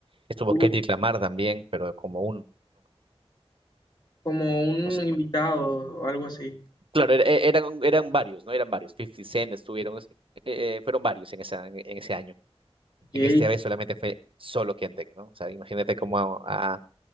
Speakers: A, on the right; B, on the left.
A: estuvo
B: Uf,
A: Kendrick Lamar también, pero como un...
B: como un
A: o sea,
B: invitado o algo así.
A: claro, era- e- eran, eran varios, ¿no? Eran varios. 50 Cent estuvieron, eh, fueron varios en, esa, en ese año.
B: Ok,
A: En este vez solamente fue solo Kendrick, ¿no? O sea, imagínate cómo ha, ha